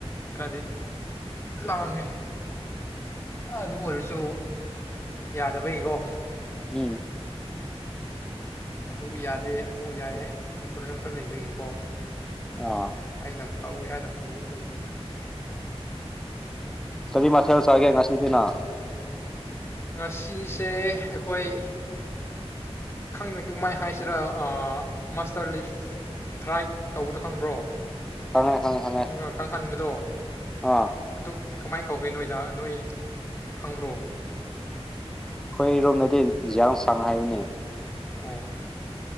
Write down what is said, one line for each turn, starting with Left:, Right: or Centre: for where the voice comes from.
Left: ꯈꯔꯗꯤ ꯂꯥꯡꯉꯦ ꯑꯗꯨ ꯑꯣꯏꯔꯁꯨ ꯌꯥꯗꯕꯩ ꯀꯣ
Centre: ꯎꯝ
Left: ꯑꯃꯨꯛ ꯌꯥꯗꯦ ꯑꯃꯨꯛ ꯌꯥꯏꯌꯦ ꯄ꯭ꯔꯣꯕ꯭ꯂꯦꯝ ꯈꯔ ꯂꯩꯕꯒꯤꯀꯣ
Centre: ꯑ
Left: ꯑꯩꯅ ꯇꯧꯋꯦ ꯍꯥꯏꯅ ꯇꯧꯕꯒꯤꯅꯤꯗ
Centre: ꯀꯔꯤ ꯃꯊꯦꯜ ꯆꯥꯒꯦ ꯉꯁꯤꯗꯤꯅ
Left: ꯉꯁꯤꯁꯦ ꯑꯩꯈꯣꯏ ꯈꯪꯗꯦ ꯀꯃꯥꯏ ꯍꯥꯏꯁꯤꯔ ꯃꯁꯇꯔ ꯂꯤꯐ ꯊ꯭ꯔꯥꯏꯠ ꯇꯧꯕꯗꯣ ꯈꯪꯕ꯭ꯔꯣ
Centre: ꯈꯪꯉꯦ ꯈꯪꯉꯦ ꯈꯪꯉꯦ
Left: ꯅꯨꯡꯉꯥ ꯀꯪꯍꯟꯕꯗꯣ
Centre: ꯑꯥ
Left: ꯑꯗꯨ ꯀꯃꯥꯏꯟ ꯀꯧꯒꯦ ꯅꯣꯏꯗ ꯅꯣꯏ ꯈꯪꯕ꯭ꯔꯣ
Centre: ꯈꯣꯏꯔꯣꯝꯗꯗꯤ ꯖ꯭ꯤꯌꯁꯥꯡ ꯍꯥꯏꯕꯅꯦ
Left: ꯑꯣ